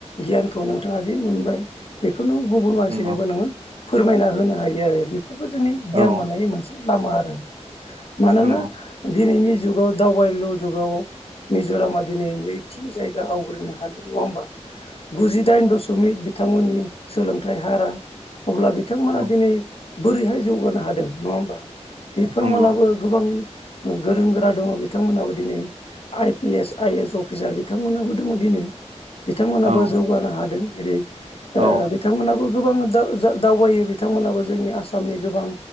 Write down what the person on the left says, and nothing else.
गियानखौ नोंथाङा दि मोनबाय बेखौनो गुबुन मानसिनोबो
नोङो फोरमायना होनो हायो आरो बेफोरबो जोंनि
गियान मोननायनि मोनसे लामा आरो मानोना
दिनैनि जुगाव दावबायलु जुगाव मिज'रामा दिनै नैथि जायगा आवग्रिनो हादों नङा होमबा गुजिदाइन दशमिक बिथांमोननि सोलोंथाइ हारा अब्ला बिथांमोना
दिनै बोरैहाय जौगानो हादों नङा होमबा बेफोरमोनहाबो
गोबां गोरों गोरा दङ' बिथांमोनहाबो दिनै I P S I S officer बिथांमोनहाबो दङ' दिनै बिथांमोनाबो
जौगानो हादों जेरै
ओ बिथांमोनबो गोबां दावबायो बिथांमोनाबो जोंनि आसामनि गोबां